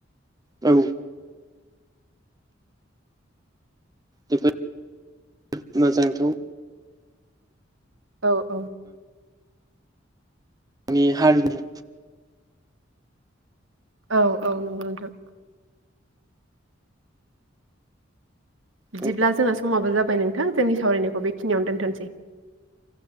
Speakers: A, on the right (about 20°); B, on the right (about 80°).
A: औ जोबोद <inaudible> मोजांथाव
B: औ औ
A: आनि हारिनि
B: औ औ नंगौ नोंथां। बिदिब्ला
A: औ
B: जोंना समावबो जाबाय। जाबाय नोंथां जोंनि सावरायनायखौ बेखिनियावनो दोनथ'सै